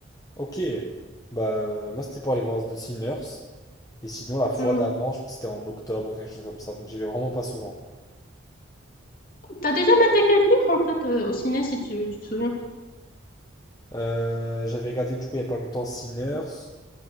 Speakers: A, on the left (about 20°); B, on the left (about 45°).
A: Ok. Bah, euh, moi, c'était pour aller voir The Sinners. Et sinon, la fois
B: Mhm.
A: d'avant, je crois que c'était en octobre, quelque chose comme ça. Donc, j'y vais vraiment pas souvent.
B: T'as déjà maté quel titre en fait euh, au ciné si tu, tu te souviens?
A: Euh, j'avais regardé, du coup, il y a pas longtemps, Sinners.